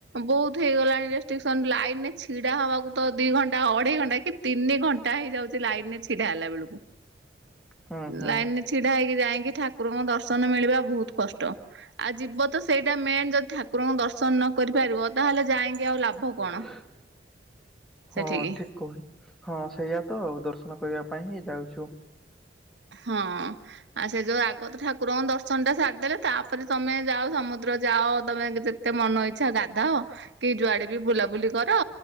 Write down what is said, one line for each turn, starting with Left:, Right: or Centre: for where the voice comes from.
Right: ବହୁତ ହେଇଗଲାଣି ରେଷ୍ଟ୍ରିକସନ ଲାଇନ ରେ ଛିଡା ହବାକୁ ତ ଦି ଘଣ୍ଟା ଅଢେଇ ଘଣ୍ଟା କି ତିନି ଘଣ୍ଟା ହେଇଯାଉଛି ଲାଇନ ରେ ଛିଡା ହେଲା ବେଳକୁ
Centre: ହୁଁ ହୁଁ।
Right: ଲାଇନ ରେ ଛିଡା ହେଇକି ଯାଇ ଠି ଠାକୁରଙ୍କ ଦର୍ଶନ ମିଳିବା ବହୁତ କଷ୍ଟ। ଆଉ ଯିବ ତ ସେଇଟା ମେନ ଯଦି ଠାକୁରଙ୍କ ଦର୍ଶନ ନ କରିପାରିବ ତାହେଲେ ଯାଇକି ଆଉ ଲାଭ କଣ?
Centre: ହୋଉ
Right: ସେଠିକି
Centre: ହଁ ଠିକ କହୁ ହଁ ସେଇଆ ତ ଦର୍ଶନ କରିବା ପାଇଁ ହିଁ ଯାଉଛୁ
Right: ହଁ ଆଉ ସେ ଯୋଉ ଆଗ ତ ଠାକୁରଙ୍କ ଦର୍ଶନ ଟା ସାରିଦେଲେ ତାପରେ ତମେ ଯାଅ ସମୁଦ୍ ଦ୍ର ଯାଅ ତମେ ଯେତେ ମନ ଇଚ୍ଛା ଗାଧାଅ କି ଯୁଆଡେ ବି ବୁଲାବୁଲି କର